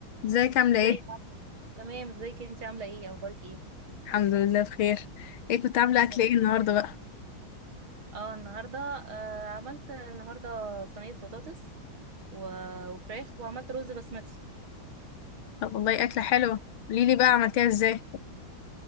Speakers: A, on the left (about 80°); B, on the right (about 80°).
A: ازيك عاملة
B: ازيك
A: ايه؟
B: عاملة- تمام ازيك انت عامله ايه اخبارك ايه
A: الحمد لله بخير ايه كنت عاملة
B: تمام.
A: أكل ايه النهاردة بقى؟
B: اه النهارده آه عملت النهارده صينيه بطاطس و- وفراخ وعملت رز بسمتي
A: طب والله أكلة حلوة قوليلي بقى عملتيها ازاي؟